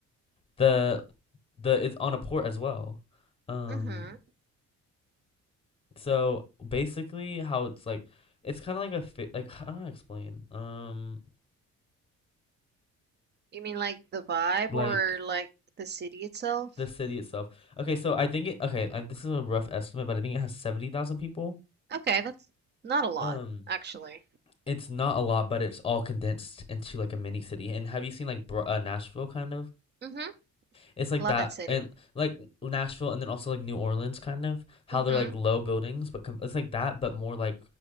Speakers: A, on the left; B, on the right.
A: the the it's on a port as well. Um
B: hmm
A: so basically how it's like it's kind of like a fi- like I don't know how to explain. Um
B: You mean like the vibe
A: like
B: or like the city itself?
A: the city itself. Okay, so I think it okay, I, this is a rough estimate, but I think it has 70,000 people.
B: Okay, that's not a lot,
A: Um
B: actually.
A: It's not a lot, but it's all condensed into like a mini city. And have you seen like Br- uh, Nashville kind of?
B: hmm
A: It's like
B: Love
A: that,
B: that city.
A: and like Nashville, and then also like New Orleans kind of. How
B: hmm
A: they're like low buildings, but com- it's like that, but more like